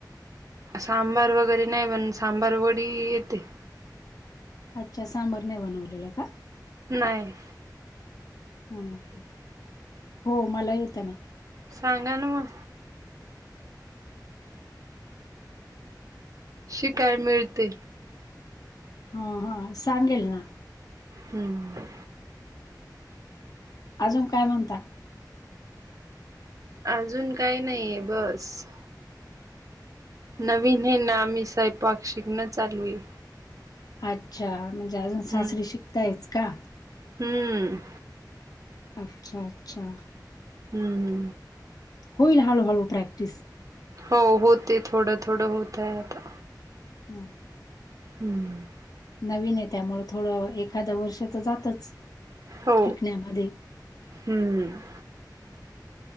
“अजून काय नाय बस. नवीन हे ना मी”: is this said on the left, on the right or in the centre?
Right